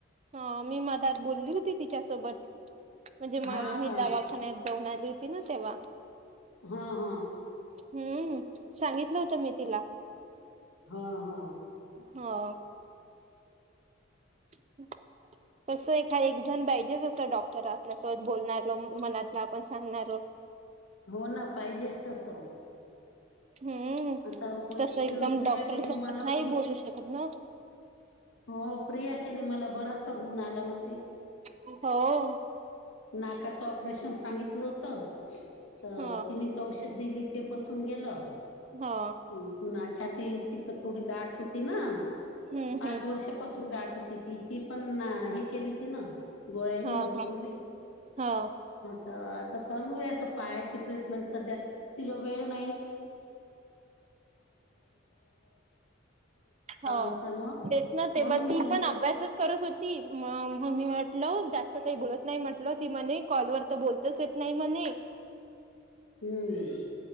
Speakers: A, on the right; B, on the left.
A: हो मी मदात बोलली होती तिच्यासोबत म्हणजे
B: हा
A: मी
B: हा
A: दवा ठाण्यात जाऊन आली होती ना तेव्हा
B: हां हां
A: हम्म सांगितलं होतं मी तिला
B: हा हा
A: हा <unintelligible> तसं एखाद एक जण पाहिजेचसं डॉक्टर आपल्यासोबत बोलणारल मनातला आपण सांगणारल
B: हो ना पाहिजेच तसं
A: हम्म
B: आता
A: तस एकदम
B: प्रियाचे
A: डॉक्टरसोबत
B: मला
A: नाही
B: पण
A: बोलू शकत ना
B: हो प्रिया ने मला बरासा गुण आला ना ते
A: हो
B: नाकाचं ऑपरेशन सांगितलं होत तर
A: ह
B: तिने औषध दिली ते बसून गेलं
A: हा
B: पु्हा छाती तिथं थोडी गाठ होती ना
A: हम्म
B: पाच
A: हम्म
B: वर्ष पासून गाठ होती ती ती पण हे केली ती ना गोळाने
A: हा
B: बसवली
A: हा हा
B: आता आता चालू आहे आता पायाची ट्रीटमेंट सध्या तिला वेळ <inaudible>
A: हो
B: असल्यामुळं
A: तेच ना तेव्हा
B: म्हणून
A: ती
B: मी
A: पण अभ्यास करत होती म मी म्हटलं जास्त काही बोलत नाही म्हटलं ती म कॉलवर तर बोलतच येत नाही म्हणे
B: हम्म